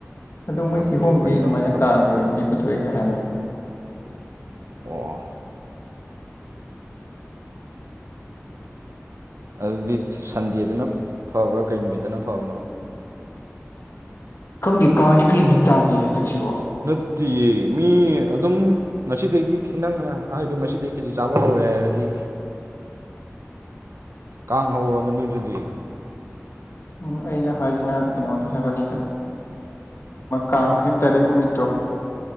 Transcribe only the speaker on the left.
ꯑꯗꯨ ꯃꯣꯏ
ꯀꯤꯍꯣꯝꯗꯤ
ꯑꯗꯨꯃꯥꯏꯅ
ꯀꯥꯡꯒꯤ ꯑꯣꯏꯅꯗꯤ ꯄꯨꯊꯣꯛꯑꯦꯒ ꯍꯥꯏꯕꯅꯤ
ꯈꯪꯗꯦ ꯀꯥꯡꯖꯦ ꯀꯩ ꯅꯨꯃꯤꯠ ꯇꯥꯒꯦ ꯍꯟꯗꯛꯁꯤꯕꯣ
ꯎꯝ ꯑꯩꯅ ꯍꯥꯏꯁꯤꯅ ꯀꯩꯅꯣꯗ ꯍꯥꯏꯕꯅꯤꯗ ꯀꯥꯡ ꯍꯦꯛ ꯗꯥꯏꯔꯦꯛ ꯅꯨꯃꯤꯠꯇꯣ